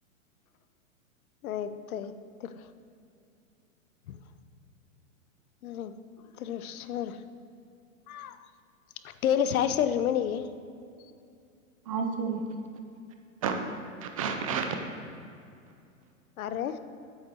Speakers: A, on the left (about 80°); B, on the right (about 25°).
A: ಆಯ್ತಾಯಯ್ತರ <unintelligible> ರತ್ರೇಶ್ರ್ <unintelligible> ಟ್ಟೇಲಿ ಸಾಯ್ತರ ರೀ ಮನಿಗೆ <unintelligible>
B: ಆಯ್ ಸರಿ <unintelligible>
A: ಅ ರೀ